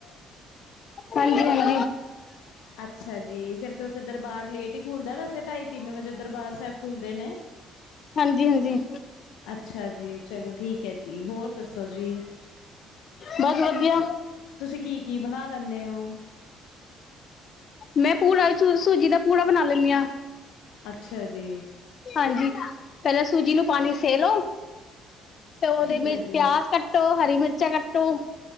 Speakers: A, on the left; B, on the left.
A: ਹਾਂਜੀ-ਹਾਂਜੀ
B: ਅੱਛਾ, ਫੇਰ ਤੇ ਉੱਥੇ ਦਰਬਾਰ ਲੇਟ ਹੀ ਖੁੱਲਦਾ ਵੈਸੇ ਢਾਈ ਤਿੰਨ ਵਜੇ ਦਰਬਾਰ ਸਾਹਿਬ ਖੁੱਲਦੇ ਨੇ
A: ਹਾਂਜੀ ਹਾਂਜੀ
B: ਅੱਛਾ ਜੀ ਚਲੋ ਠੀਕ ਹੈ ਹੋਰ ਦੱਸੋ ਜੀ
A: ਬਸ ਵਧੀਆ
B: ਤੁਸੀਂ ਕੀ? ਕੀ ਬਣਾ ਲੈਂਦੇ ਹੋ,
A: ਮੈਂ ਪੂੜ ਸੂਜੀ ਦਾ ਪੂੜ ਬਣਾ ਲੈਂਨੀ ਆ,
B: ਅੱਛਾ ਜੀ,
A: ਹਾਂਜੀ ਪਹਿਲਾਂ ਸੂਜੀ ਨੂੰ ਪਾਣੀ ਸੇ ਲਓ, ਤੇ ਉਹਦੇ
B: ਠੀਕ
A: ਵਿੱਚ
B: ਹੈ ਜੀ।
A: ਪਿਆਜ ਕੱਟੋ ਹਰੀ ਮਿਰਚਾਂ ਕੱਟੋ